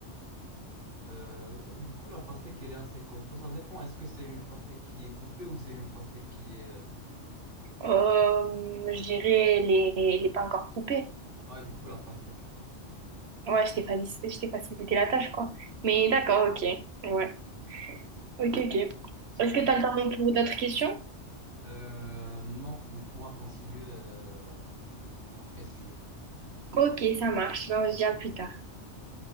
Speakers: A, on the right; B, on the right.
A: Euh, du coup, la pastèque, elle est assez costaud. Ça dépend. Est-ce que c'est une pastèque qui est coupée ou c'est une pastèque qui est... euh,
B: Euh, je dirais les, les pas encore coupés.
A: Ouais, du coup, la pastèque.
B: Ouais, je t'ai faci- je t'ai facilité la tâche, quoi. Mais d'accord, ok. Ouais. Ok, ok.
A: Team
B: Est-ce que tu
A: pastèque.
B: as le temps pour d'autres questions?
A: Euh, non, on pourra continuer euh, après si tu veux.
B: Ok, ça marche. Ben, on se dit à plus tard.
A: À plus tard.